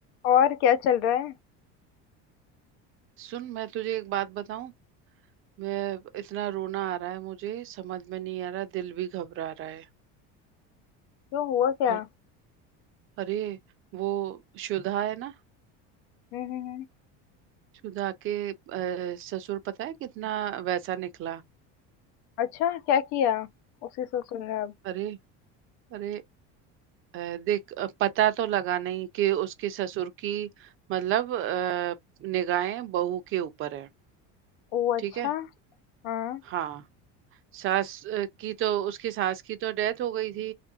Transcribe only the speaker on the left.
और क्या चल रहा है
क्यों हुआ क्या
हम्म हम्म हम्म।
अच्छा क्या किया उसी से सुन रहे अब
ओ अच्छा
हाँ